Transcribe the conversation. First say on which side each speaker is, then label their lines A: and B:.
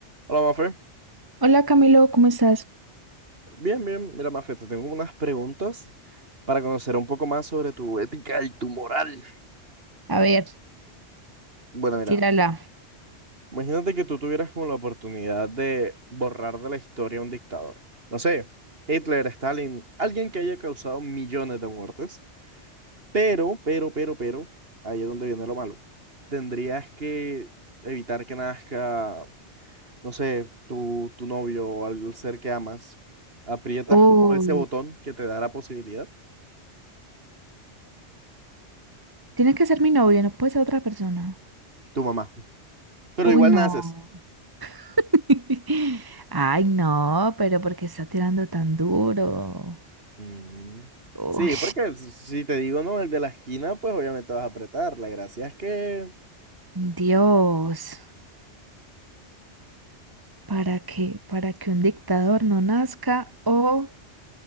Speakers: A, on the right; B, on the right.
A: Hola, Mafe.
B: Hola Camilo, ¿cómo estás?
A: Bien, bien. Mira, Mafe, te tengo unas preguntas para conocer un poco más sobre tu ética y tu moral.
B: A ver,
A: Bueno, mira,
B: tírala.
A: imagínate que tú tuvieras como la oportunidad de borrar de la historia a un dictador. No sé, Hitler, Stalin, alguien que haya causado millones de muertes. Pero, pero, pero, pero, ahí es donde viene lo malo. Tendrías que evitar que nazca, no sé, tu, tu novio o al ser que amas. Aprietas
B: Oh,
A: como ese botón que te da la posibilidad,
B: tiene que ser mi novio, no puede ser otra persona.
A: tu mamá. pero
B: Uy,
A: igual
B: no.
A: naces.
B: <laughs> Ay, no, pero ¿por qué está tirando tan duro?
A: Mm,
B: Uy,
A: Sí, porque si te digo no, el de la esquina, pues obviamente vas a apretar. La gracia es que
B: Dios, ¿para qué? ¿Para que un dictador no nazca? O